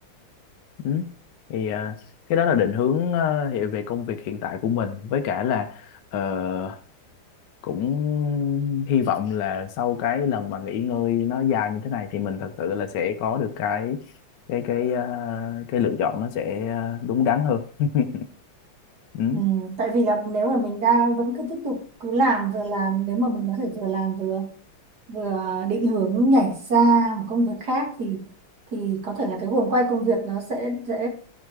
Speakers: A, on the left; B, on the right.
A: ừ. thì à, cái đó là định hướng ờ, hiện về công việc hiện tại của mình với cả là ờ, cũng hy vọng là sau cái lần mà nghỉ ngơi nó dài như thế này thì mình thật sự là sẽ có được cái cái cái ờ, cái lựa chọn nó sẽ ờ, đúng đắn hơn <laughs> ừ,
B: ừ, tại vì là nếu mà mình đang vẫn cứ tiếp tục cứ làm vừa làm nếu mà mình có thể vừa làm vừa vừa định hướng nhảy ra một công việc khác thì thì có thể là cái guồng quay công việc nó sẽ dễ